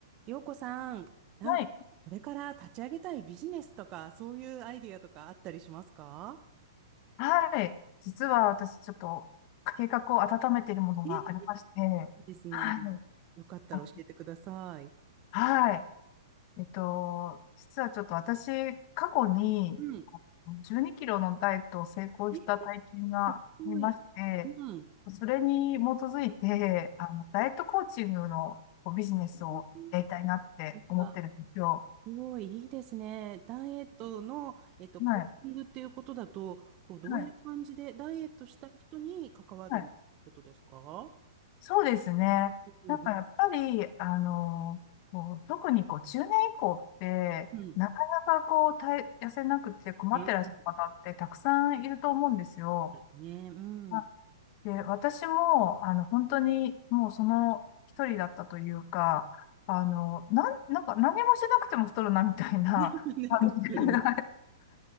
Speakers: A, on the right; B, on the left.
A: 洋子さん、なんか、
B: はい。
A: これから立ち上げたいビジネスとか、そういうアイディアとかあったりしますか
B: はい。実は私、ちょっと、計画を温めているものがありまして、
A: ええですね。
B: はい。
A: よかったら教えてください。
B: あはい。えっと、実はちょっと私、過去に
A: うん。
B: 12キロのダイエットを成功した体験がありまして、
A: え、すごい。うん。
B: それに基づいて、あの、ダイエットコーチングのこうビジネスをやりたいなって思ってるんですよ。
A: えーあ、すごい、いいですね。ダイエットの、えっと、コーチングっていうことだと、
B: はい。
A: こう、どういう感じで、
B: はい。
A: ダイエットしたい人に関わるみたいなことですか
B: はいそうですね。
A: うん。
B: なんかやっぱり、あの、こう特にこう中年以降って、
A: うん。
B: なかなかこう体、痩せなくて困ってらっしゃる方ってたくさんいると思うんですよ。
A: うんですね。うん。
B: まあで、私も、あの、本当にもうその一人だったというか、あの、なん、なんか何もしなくても太るなみたいな感じで、
A: <laughs> なんかわかります。
B: <laughs> な